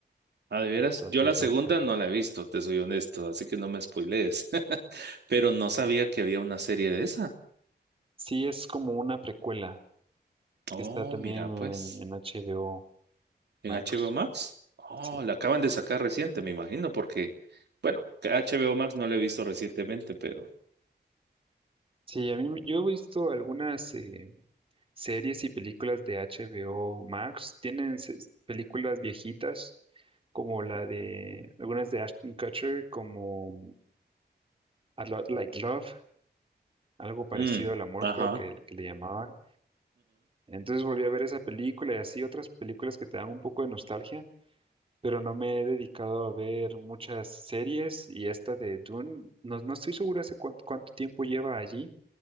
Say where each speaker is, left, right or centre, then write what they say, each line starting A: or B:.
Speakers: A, on the right; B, on the right.
A: Ah, de veras,
B: Entonces
A: yo la segunda
B: no estaba.
A: no la he visto, te soy honesto, así que no me spoilees. <laughs> Pero no sabía que había una serie de esa.
B: Sí, es como una precuela
A: Oh,
B: que está también
A: mira, pues,
B: en, en HBO
A: en
B: Max.
A: HBO Max. Oh,
B: Sí.
A: la acaban de sacar reciente, me imagino, porque, bueno, que HBO Max no la he visto recientemente, pero.
B: Sí, a mí me- yo he visto algunas eh, series y películas de HBO Max. Tienen se- películas viejitas como la de algunas de Ashton Kutcher, como A Lot Like Love. algo parecido
A: Mm,
B: al amor,
A: ajá.
B: creo que, que le llamaban. Entonces volví a ver esa película y así otras películas que te dan un poco de nostalgia, pero no me he dedicado a ver muchas series y esta de Dune, no, no estoy segura hace cuán- cuánto tiempo lleva allí,